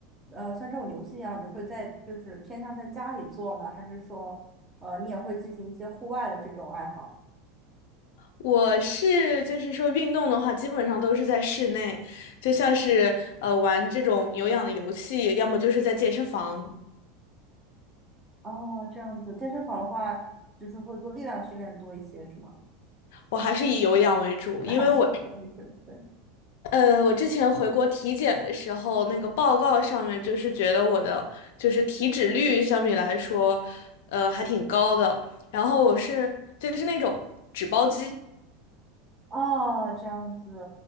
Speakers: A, on the right; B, on the left.
A: 呃，像这种游戏一样，你会在就是偏向在家里做呢，还是说，呃，你也会进行一些户外的这种爱好？
B: 我是就是说运动的话，基本上都是在室内，就像是呃玩这种有氧的游戏，要么就是在健身房。
A: 哦，这样子，健身房的话，就是会做力量训练多一些，是吗？
B: 我还是以有氧为主，
A: <laughs> 那还是，
B: 因为我
A: 还是对，
B: 呃，我之前回国体检的时候，那个报告上面就是觉得我的就是体脂率相比来说，呃，还挺高的。然后我是就是那种纸包肌，
A: 哦，这样子，